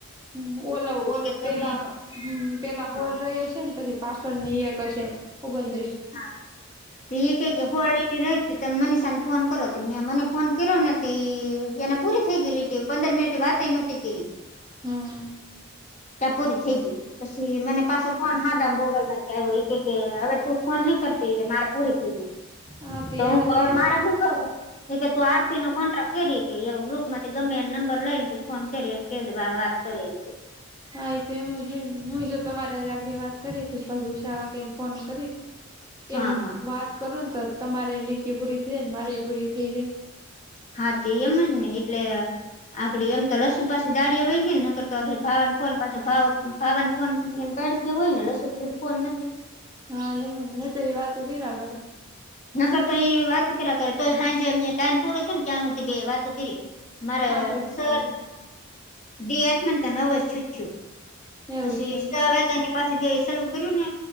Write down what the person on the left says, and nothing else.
એ
કે તમે
હા
હા તો ઇ કે કે હોળ લીટી રઇ. તમે મનીષાને ફોન કરો તો મે મને ફોન કર્યો ને તો એને પૂરી થઈ ગયેલી. તેઓ પંદર મિનિટ વાતઈ નહોતી કેરી
ત્યાં પૂરી થઈ ગઈ પછી મને પાછો ફોન હાદા મોબાઈલ માંથી આવ્યો ઈ કે કે હવે તું, ફોન ની કરતી કે મારે પૂરી થઈ ગઈ
તો હું
કવ
મારે હું? એકે તું આરતી ન કોન્ટ્રાક્ટ કરી કે ગ્રુપમાંથી ગમે એને નંબર લઈ ને તું ફોન કરીએ કે જ વાર વાત કરે છે ઈ કે,
હા
હા
હા તે એમ જ ને એટલે, એટલે એમ તો લસુ પાસે, ગાડી વય ગય નકર તો ભાવાને ફોન પાછો ભાવ-ભાવાને ફોન પેડસે હોય ને લસુ પાસે તો ફોન નથી.
નકર તો ઇ વાતો કીરાયા કરે તોય હાંજે એમ ઇ ટાઈમ પૂરો થયો ને ત્યાં હુધી વાતો કરી. મારે
સર
દી આઠમન તો નવજ છૂટ્યું પછી
<unintelligible> <inaudible> પછી મે સરુ કર્યું ને